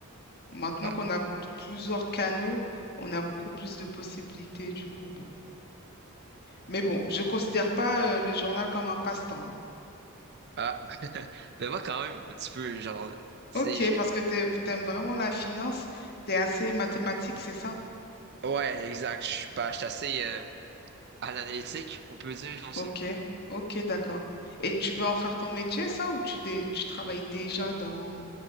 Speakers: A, on the left; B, on the right.
A: Maintenant
B: Ah,
A: qu'on a plusieurs canaux, on a beaucoup plus de possibilités, du coup, bon. Mais bon, je considère pas euh, le journal comme un passe-temps.
B: ah. <laughs> Ben moi, quand même, un petit peu, genre, tu sais,
A: Ok,
B: j'ai...
A: parce que t'es- t'aimes vraiment la finance, t'es assez mathématique, c'est ça?
B: Ouais, exact. Je suis pas, je suis assez... euh, À l'analytique, on peut dire comme ça.
A: Ok, ok, d'accord. Et tu veux en faire ton métier, ça, ou tu, dé- tu travailles déjà dans,